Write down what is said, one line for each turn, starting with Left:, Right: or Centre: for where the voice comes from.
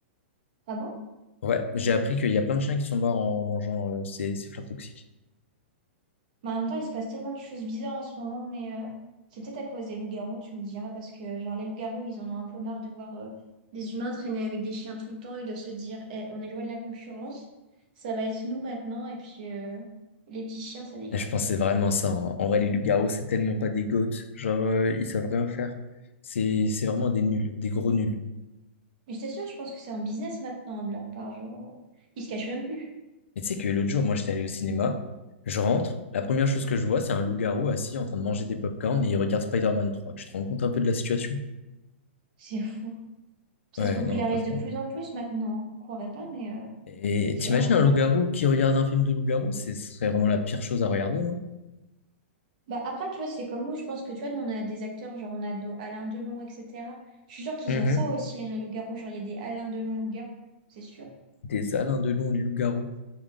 Right: Ah bon?
Left: Ouais, j'ai appris qu'il y a plein de chiens qui sont morts en mangeant euh, ces, ces fleurs toxiques.
Right: Mais en même temps, il se passe tellement de choses bizarres en ce moment, mais euh, c'est peut-être à cause des loups-garous, tu me diras, parce que genre les loups-garous, ils en ont un peu marre de voir euh, des humains traîner avec des chiens tout le temps. Ils doivent se dire, eh, on est loin de la concurrence, ça va être nous maintenant, et puis euh, les petits chiens, ça dégage.
Left: Et je pense que c'est vraiment ça. hein. En vrai, les loups-garous, c'est tellement pas des goats. Genre, euh, ils savent rien faire. C'est, c'est vraiment des nuls, des gros nuls.
Right: Mais je t'assure, je pense que c'est un business maintenant de leur part, genre, ils se cachent même plus.
Left: Et tu sais que l'autre jour, moi, j'étais allé au cinéma. Je rentre. La première chose que je vois, c'est un loup-garou assis en train de manger des pop-corns et il regarde Spider-Man 3. Tu te rends compte un peu de la situation?
Right: C'est fou. Ça
Left: Ouais,
Right: se popularise
Left: non, franchement.
Right: de plus en plus maintenant. Je croirais pas, mais euh,
Left: Et
Right: c'est
Left: t'imagines
Right: incroyable.
Left: un loup-garou qui regarde un film de loup-garou? Ce serait vraiment la pire chose à regarder, non?
Right: Bah après, tu vois, c'est comme nous, je pense que tu vois, nous on a des acteurs, genre on a nos Alain Delon, etc. Je suis sûre qu'ils
Left: Mhm.
Right: ont ça aussi, hein, les loups-garous. Genre, il y a des Alain Delon loups-garous, c'est sûr.
Left: Des Alain Delon, les loups-garous.